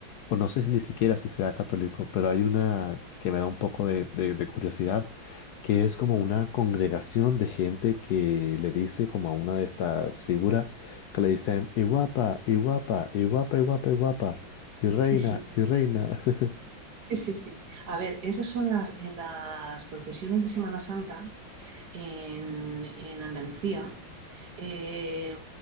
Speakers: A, on the left; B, on the right.
A: o no sé si ni siquiera si sea católico, pero hay una que me da un poco de, de de curiosidad que es como una congregación de gente que le dice como a una de estas figuras que le dicen y guapa, y guapa, y guapa, y guapa, y guapa, y reina,
B: sí, sí,
A: y reina. <laughs>
B: Sí, sí, sí. A ver, esas son las, en las procesiones de Semana Santa en, en Andalucía. eh,